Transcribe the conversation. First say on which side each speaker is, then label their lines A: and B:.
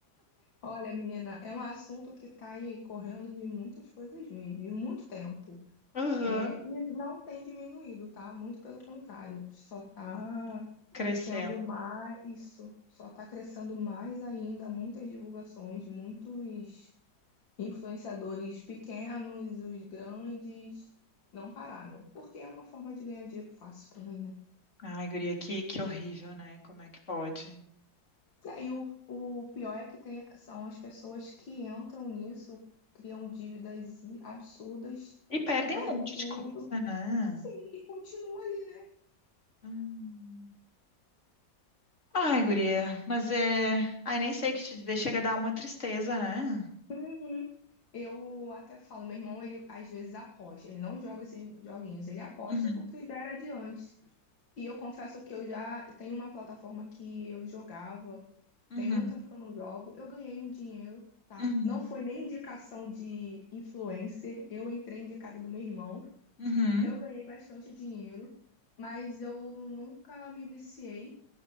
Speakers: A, on the left (about 80°); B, on the left (about 35°).
A: Olha, menina, é um assunto que está aí correndo de muitas coisas mesmo, de muito tempo.
B: Aham.
A: É, e não tem diminuído, tá? Muito pelo contrário, só está
B: Crescendo.
A: tendo mais isso, só está crescendo mais ainda, muitas divulgações, muitos Influenciadores pequenos, os grandes, não pararam, porque é uma forma de ganhar dinheiro fácil também, né?
B: Ai, guria, que, que horrível, né? Como é que pode?
A: É, E aí o, o pior é que tem, são as pessoas que entram nisso, criam dívidas absurdas,
B: E perdem
A: perdem
B: um monte
A: tudo.
B: de coisa, né?
A: Sim, e continua ali, né?
B: Hum. Ai, guria, mas é. Ai, nem sei o que te dizer, chega a dar uma tristeza, né?
A: Uhum. Eu até falo, meu irmão, ele às vezes aposta, ele não joga esses joguinhos, ele aposta
B: Uhum,
A: porque já era de antes. E eu confesso que eu já tenho uma plataforma que eu jogava
B: uhum,
A: Tem muito tempo que eu não jogo. Eu ganhei um dinheiro, tá?
B: uhum,
A: Não foi nem indicação de influencer. Eu entrei indicada do meu irmão.
B: uhum,
A: Eu ganhei bastante dinheiro, mas eu nunca me viciei